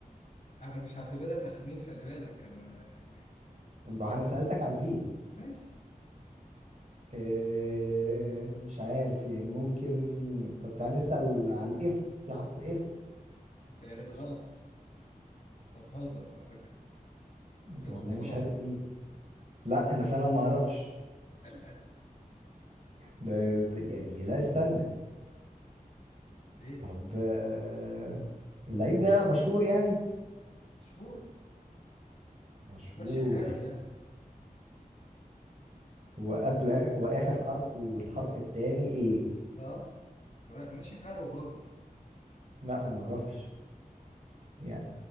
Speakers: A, on the left; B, on the right.
A: انا مش هعتبرها تخمين خلي بالك انا يعني
B: ما انا سألتك على الفي
A: ماشي
B: إيه مش عارف يعني ممكن طب تعالى نسأل على الاف في حرف اف
A: تالت غلط انت بتهزر على فكرة بتردها
B: والله مش
A: لي
B: عارف مين لا انا فعلا ما اعرفش
A: لا
B: ده ده- يعني لا استنى
A: ليه
B: طب آه، اللعيب ده مشهور يعني
A: شهور
B: مشهور
A: ماشي حاله يعني
B: وقبل آخر واخر حرف والحرف التاني ايه
A: اه لا، ماشي حاله الراجل
B: لا انا ما اعرفش يعني